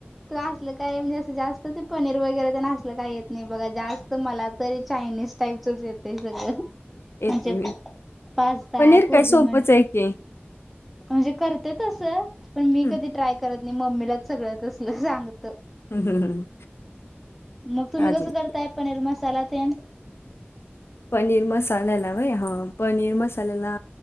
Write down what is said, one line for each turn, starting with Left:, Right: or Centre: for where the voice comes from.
Centre: त असलं काय म्हणजे असं जास्त ते पनीर वगैरे ते नासलं काय येत नाही बघा जास्त तर मला तरी चायनीज टाईपचच येते सगळं
Left: येते
Centre: म्हणजे
Left: मी
Centre: पास्ता
Left: पनीर
Centre: गोबी
Left: काय सोपंच
Centre: म्ह
Left: आहे की
Centre: म्हणजे करते तस पण मी
Left: हं,
Centre: कधी ट्राय करत मम्मीलाच सगळ्यात असलं सांगत
Left: हम्म हम् हम्
Centre: मग तुम्ही
Left: काजय
Centre: कसं करताय पनीर मसाला ते
Left: पनीर मसाल्याला भाई हा पनीर मसाल्याला